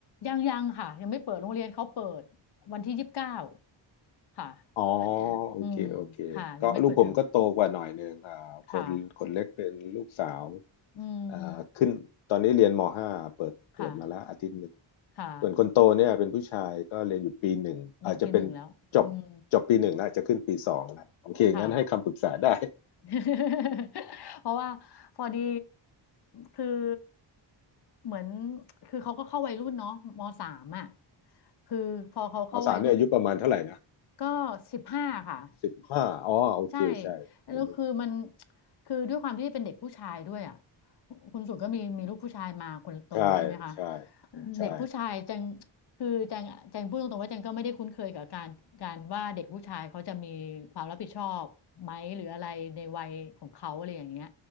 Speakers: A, on the left; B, on the left.
A: ยังยังค่ะยังไม่เปิดโรงเรียนเขาเปิดวันที่ยี่สิบเก้าค่ะ
B: อ๋อ
A: ก็จะอืมค่ะยังไม่เปิดเทอม
B: โอเคโอเคก็ลูกผมก็โตกว่าหน่อยหนึ่งอ่าคนคนเล็กเป็นลูกสาว
A: ค่ะอืม
B: อ่าขึ้นตอนนี้เรียนมห้าเปิดเปิดมาแล้วอาทิตย์หนึ่ง
A: ค่ะค่ะ
B: ส่วนคนโตเนี่ยเป็นผู้ชายก็เรียนอยู่ปีหนึ่งอาจจะเป็น
A: เรียนปีหนึ่งแล้วอืม
B: จบจบปีหนึ่งแล้วจะขึ้นปีสองนะโอเคงั้นให้คำปรึกษาได้
A: ค่ะ <laughs> เพราะว่าพอดีคือเหมือนคือเขาก็เข้าวัยรุ่นเนาะมสามอ่ะคือพอเขาเข้าวัยรุ่น
B: เอาสามเนี่ยอายุประมาณเท่าไหร่นะ
A: ก็สิบห้าค่ะ
B: สิบห้าอ๋อโอเคใช่วัยรุ่น
A: ใช่แล้วคือมันคือด้วยความที่เป็นเด็กผู้ชายด้วยอ่ะคุณสุดก็มีมีลูกผู้ชายมาคนโตใช่ไหมคะ
B: อืมใช่ใช่ใช่
A: เด็กผู้ชายแจงคือแจงแจงพูดตรงๆว่าแจงก็ไม่ได้คุ้นเคยกับการการว่าเด็กผู้ชายเขาจะมีความรับผิดชอบไหมหรืออะไรในวัยของเขาอะไรอย่างเงี้ย